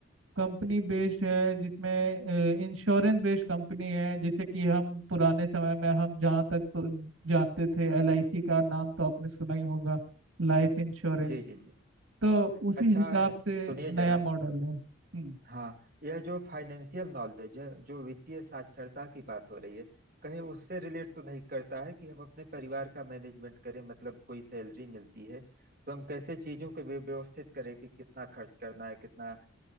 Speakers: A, on the right; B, on the right.
A: कंपनी बेस्ड है जिसमें इंश्योरेंस बेस्ड कंपनी है जैसे कि हम पुराने समय में हम जहाँ तक सो- जानते थे एलआईसी का नाम तो आपने सुना ही होगा लाइफ इंश्योरेंस
B: जी जी जी
A: तो उसी
B: अच्छा
A: हिसाब से
B: सुनिए
A: नया
B: जरा
A: मॉडल है हम्म
B: हाँ यह जो फाइनेंशियल नॉलेज है जो वित्तीय साक्षरता की बात हो रही है कहीं उससे रिलेट तो नहीं करता है कि हम अपने परिवार का मैनेजमेंट करें मतलब कोई सैलरी मिलती है तो हम कैसे चीजों को व्य- व्यवस्थित करें कि कितना खर्च करना है कितना अ,